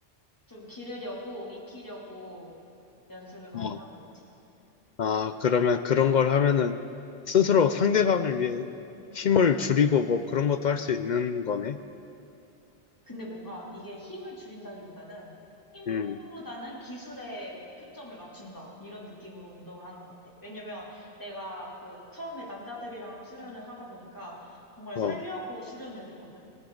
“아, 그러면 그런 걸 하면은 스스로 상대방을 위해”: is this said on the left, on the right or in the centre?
Left